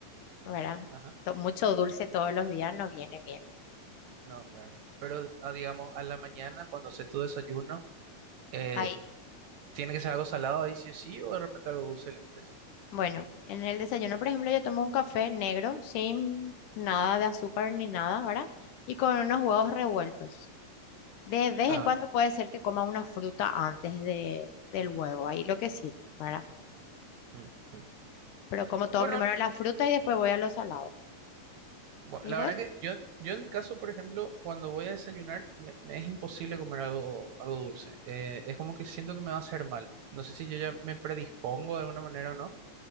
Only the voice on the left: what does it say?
¿verdad?
To- mucho dulce todos los días no viene bien.
Ahí,
bueno, en el desayuno, por ejemplo, yo tomo un café negro sin nada de azúcar ni nada, ¿verdad? Y con unos huevos revueltos. De vez
en cuando puede ser que coma una fruta antes de, del huevo, ahí lo que sí, ¿verdad?
Pero como todo,
primero la fruta y después voy a los salados.
¿Y
vos?